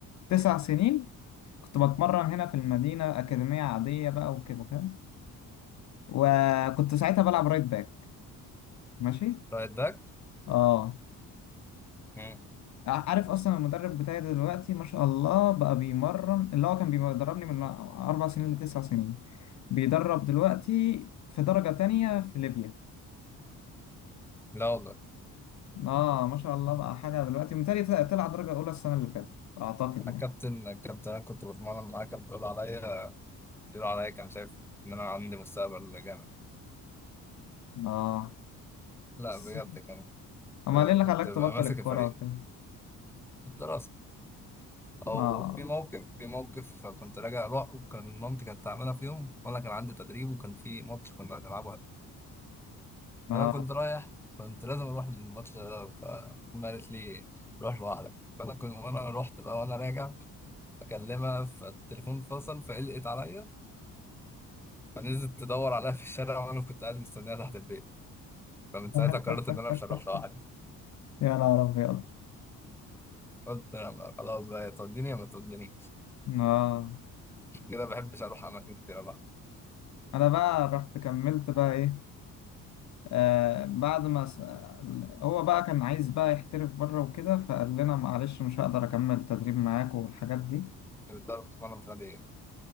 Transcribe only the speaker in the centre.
رايت باك؟
مم.
لا والله
انا
الكابتن الكابتن انا كنت بتمرن معاه كان بيقول عليا بيقول عليا كان شايف ان انا عندي مستقبل جامد
لا
بجد كان
كنت
ببقى
ماسك
الفريق
الدراسة او
في موقف في موقف كنت راجع رعب كان مامتي كانت تعملها في يوم وانا كان عندي تدريب وكان في ماتش كنا هنلعبه
فانا كنت رايح كنت لازم اروح للماتش ده فأمي قالت لي روح لوحدك فانا كنت وانا رحت بقى وانا راجع بكلمها فالتليفون فصل فقلقت عليا فنزلت تدور عليها في الشارع وانا كنت قاعد مستنيها تحت البيت فمن ساعتها
قررت ان انا مش هروح لوحدي
قلت أنا خلاص بقى يا توديني يا ما تودينيش
كده ما بحبش اروح اماكن كتير بقى
كنت بتضرب وانا مش عادي